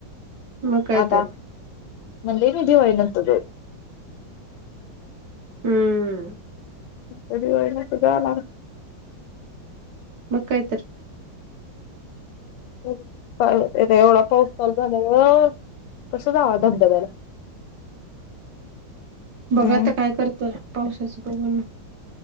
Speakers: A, on the right; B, on the left.
A: मग काय
B: आता
A: तर
B: मणेन दिवाळी नत
A: हम्म.
B: त व त झाला.
A: मुखद्र.
B: एवढा पाऊस चालू झालावर कसं जाव धबध्याला
A: बघा
B: हम्म
A: आता काय करतोय पावसाचं बघण.